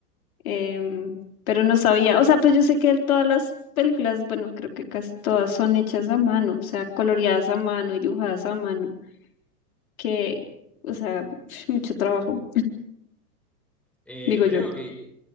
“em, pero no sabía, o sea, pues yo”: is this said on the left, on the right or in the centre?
Left